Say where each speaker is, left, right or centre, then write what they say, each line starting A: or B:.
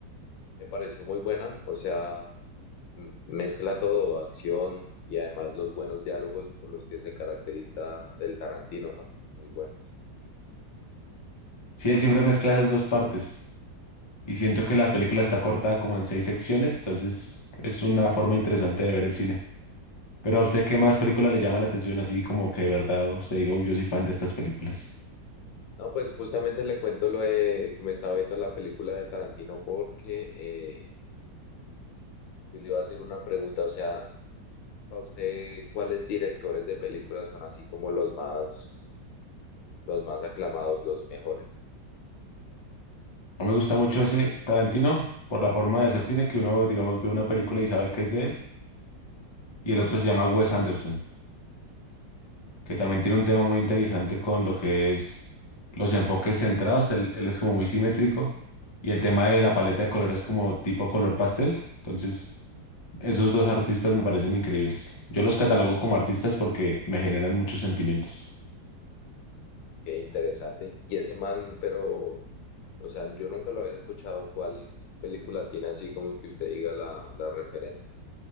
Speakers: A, on the left; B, on the left.
A: Me pareció muy buena, o sea, m- mezcla todo, acción y además los buenos diálogos por los que se caracteriza del Tarantino, ¿no? Muy buenos.
B: Sí, él siempre mezcla esas dos partes y siento que la película está cortada como en seis secciones, entonces es una forma interesante de ver el cine. Pero a usted, ¿qué más película le llama la atención así como que de verdad usted diga, uy, yo soy fan de estas películas?
A: No, pues justamente le cuento lo de que me estaba viendo la película de Tarantino porque eh, yo le iba a hacer una pregunta, o sea, para usted, ¿cuáles directores de películas son así como los más, los más aclamados, los mejores?
B: A mí me gusta mucho ese Tarantino por la forma de hacer cine que uno, digamos, ve una película y sabe que es de él. Y el otro se llama Wes Anderson, que también tiene un tema muy interesante con lo que es los enfoques centrados. Él, él es como muy simétrico. Y el tema de la paleta de colores como tipo color pastel. Entonces, esos dos artistas me parecen increíbles. Yo los catalogo como artistas porque me generan muchos sentimientos.
A: Qué interesante. Y ese man, pero, o sea, yo nunca lo había escuchado. ¿Cuál película tiene así como que usted diga la, la referente?